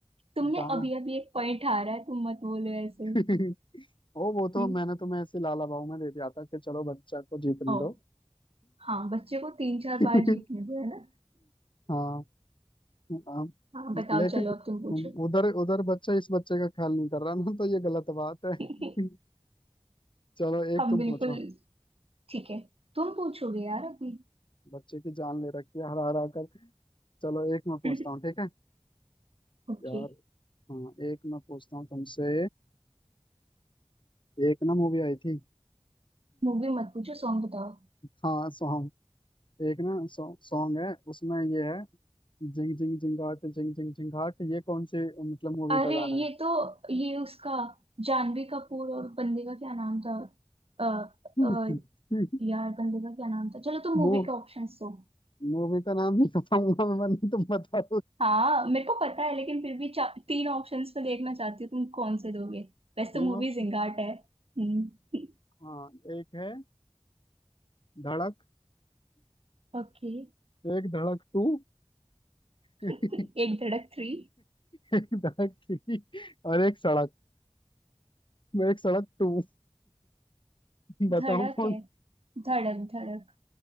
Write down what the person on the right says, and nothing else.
तुमने
अभी अभी एक पॉइंट हारा है तुम मत बोलो ऐसे
हम्म
ओ
हाँ बच्चे को तीन चार
बार जीतने दो है ना
हाँ बताओ
चलो अब तुम पूछो
<laughs>
हम
बिल्कुल
ठीक है तुम पूछोगे यार अभी
<laughs>
ओके
मूवी मत पूछो सॉन्ग बताओ
अरे
ये तो ये उसका जानवी कपूर और बंदे का क्या नाम था अ, अ,
यार बंदे का क्या नाम था चलो तुम
मूवी
के ऑप्शंस दो
हाँ मेरे को पता है लेकिन फिर भी चा- तीन ऑप्शंस में देखना चाहती हूँ तुम कौन से दोगे वैसे
तो मूवी
जिंगाट है हम्म
ओके
एक धड़क थ्री
धड़क
है धड़क धड़क